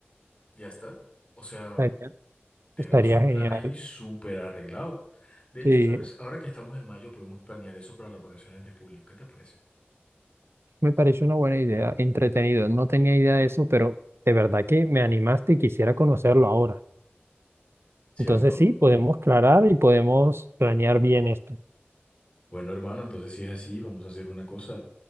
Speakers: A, on the left (about 30°); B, on the right (about 75°).
A: Ya está. O sea,
B: Estaría,
A: tenemos
B: estaría
A: un
B: genial.
A: plan ahí súper arreglado. De hecho,
B: Sí,
A: ¿sabes? Ahora que estamos en mayo, podemos planear eso para las vacaciones de julio. ¿Qué te parece?
B: me pareció una buena idea. Entretenido. No tenía idea de eso, pero de verdad que me animaste y quisiera conocerlo ahora.
A: ¿Cierto?
B: Entonces sí, podemos aclarar y podemos planear bien esto.
A: Bueno, hermano, entonces si es así, vamos a hacer una cosa.